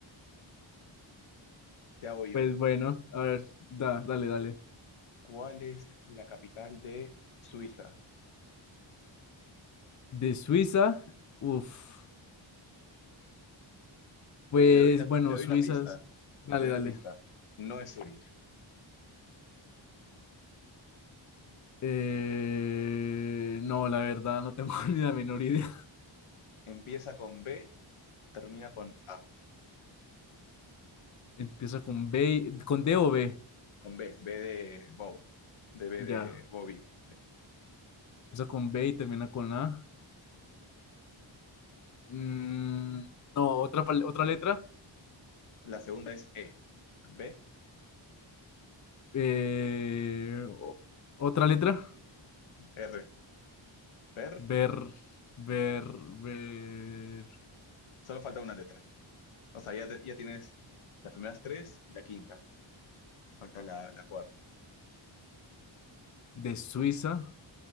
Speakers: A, on the left; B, on the left.
A: Te hago yo.
B: Pues bueno, a ver, da, dale, dale.
A: ¿Cuál es la capital de Suiza?
B: De Suiza, uff, pues
A: Te doy una,
B: bueno,
A: te doy
B: Suizas,
A: una pista.
B: dale,
A: Te doy
B: dale.
A: una pista. No es Zurich.
B: Eh, no, la verdad, no tengo <laughs> ni la menor idea.
A: Empieza con B, termina con A.
B: Empieza con B, y- con D o B,
A: Con B. B de Bob. De B
B: ya.
A: de Bobby. sí.
B: Empieza con B y termina con A. Mm, no, otra, pal- otra letra.
A: La segunda es E. B,
B: Eh, o- otra letra.
A: R. Per.
B: Ver, ver, ver.
A: Solo falta una letra. O sea, ya, te- ya tienes las primeras tres y la quinta. Te falta la, la cuarta.
B: De Suiza.